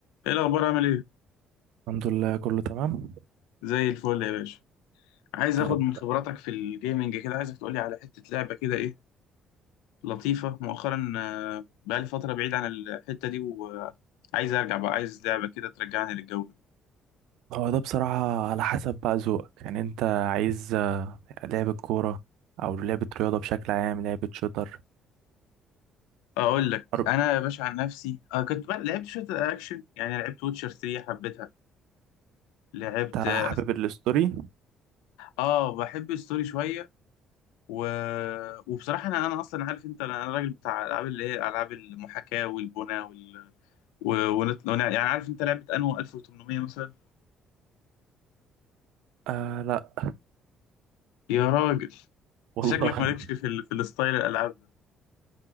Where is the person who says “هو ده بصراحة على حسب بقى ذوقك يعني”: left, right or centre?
Right